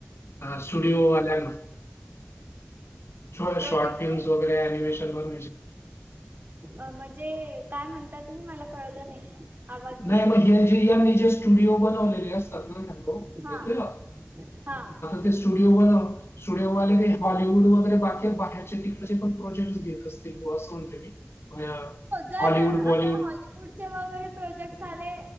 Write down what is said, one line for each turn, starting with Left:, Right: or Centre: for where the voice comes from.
Left: ह स्टुडिओ वाल्यांना छ
Right: प्रोजेक्टर
Left: शॉर्ट फिल्म्स वगैरे अनिमेशन वर
Right: अ म्हणजे काय म्हणता तुम्ही मला कळलं नाही आवाज
Left: नाही
Right: येत
Left: मग हेलजियनी जे स्टुडिओ बनवलेले असतात ना हॅो
Right: हा
Left: येतोय
Right: हा
Left: स्टुडिओ बनव स्टुडिओवाले ते हॉलिवूड वगैरे बाकी बाहेरचे तिकडचे पण प्रोजेक्ट्स घेत असतील गवा असं म्हणते मी हो
Right: जर
Left: हॉलीवुड
Right: आता
Left: बॉलीवुड
Right: हॉलिवूडचे वगैरे प्रोजेक्ट आले